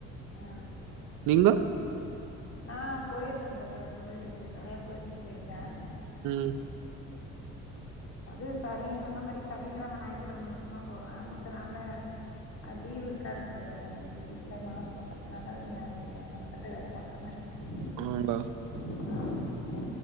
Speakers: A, on the left; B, on the right.
A: ஆ
B: நீங்க
A: நா பொயிருக்க ப்ரதர் கோயிலுக்கு நெறைய கோயிலுக்கு பொயிருக்கே
B: உம்
A: அது சனி சொன்ன மாதிரி சனிக்கிழமை ஞாயிற்றுக்கிழமை மட்டுந்தா போவே மத்த நாள்ல அ லீவ் இருக்காது ப்ரதர் அஞ்சி வீட்டுல மாடு பாக்கறதுனால கொஞ்செ அது கொஞ்செ மெனக்கட்டு வேலை பாக்குறமாரி இருக்கு
B: ஆங்க
A: உ